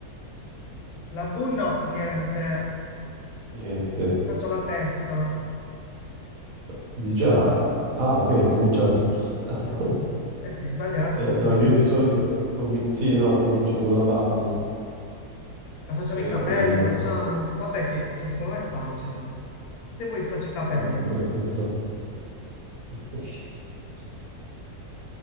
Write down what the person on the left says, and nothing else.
La V no, niente.
Faccio la testa.
Eh sì, eh sì, è sbagliato,
faccio
la
testa.
La facciamo
i capelli,
facciamo. Vabbè che, cioè, secondo me è facile. Se vuoi ti faccio i capelli
ora.